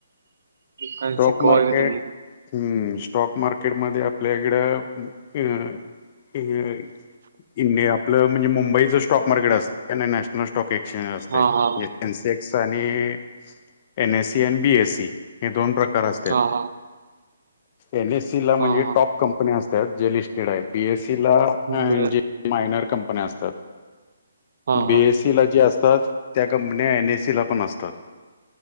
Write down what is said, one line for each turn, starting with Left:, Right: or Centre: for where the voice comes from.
Right: काय
Left: स्टॉक
Right: शिकवा
Left: मार्केट
Right: की तुम्ही
Left: हम्म. स्टॉक मार्केटमध्ये आपल्या इकडं अ. इंड इंडिया आपलं म्हणजे मुंबईच स्टॉक मार्केट असत. नाही नॅशनल स्टॉक एक. स्चेंज असतय.
Right: हा हा
Left: एक सेन्सेक्स आणि. एन. एस. सी. आणि बी. एस. सी. दोन प्रकार असत्यात.
Right: हा हा
Left: एन. एस. सी ला म्हणजे
Right: हा हा
Left: टॉप कंपन्या असत्यात. जे लिस्टेड आहेत. बी. एस. सी. ला
Right: बर
Left: जे मायनर कंपन्या असत्यात.
Right: हा
Left: बी.
Right: हा
Left: एस. सी ला जे आस तात. त्या कंपन्या एन. ए. सी. ला पण असतात.